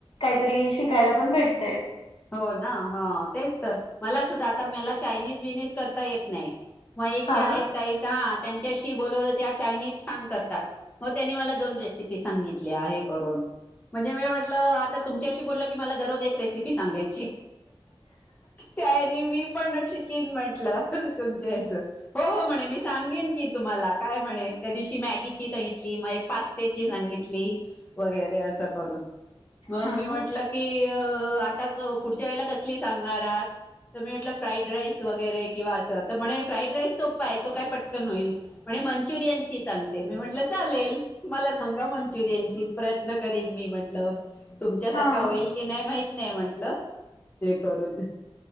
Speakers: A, on the left; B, on the left.
A: काहीतरी शिकायला पण भेटतंय.
B: हो ना, ह तेच तर मला सुद्धा आता मला चायनीज बियनीज करता येत नाही. मग एक
A: हा
B: ते आहेत
A: ना
B: ताई त्या त्यांच्याशी बोलत होत्या त्या चायनीज छान करतात. मग त्यांनी मला दोन रेसिपी सांगितल्या. हे करून म्हणजे मी म्हटलं आता तुमच्याशी बोललं की मला दररोज एक रेसिपी सांगायची त्या ह्यानी मी पण ना <unintelligible> म्हंटलं तुमच्या याचं. हो हो म्हणे मी सांगेन की तुम्हाला काय म्हणे त्या दिवशी मॅगीची सांगितली, मग एक पास्त्याची सांगितली वगै. रे असं करून मग
A: हा
B: मी
A: ना
B: म्हटलं की अ ता पुढच्या वेळेला कसली सांगणार आहात. तर मी म्हटलं फ्राईड राईस वगैरे किंवा असं. तर म्हणे फ्राईड राईस सोपा आहे. तो काय पटकन होईल म्हणे मंचुरियनची सांगते. मी म्हटलं चालेल मला सांगा मंचुरियन ची प्रयत्न करीन मी म्हटलं. तुमच्यासारखा
A: हा
B: होईल की नाही माहिती नाही म्हणलं लं ते करून.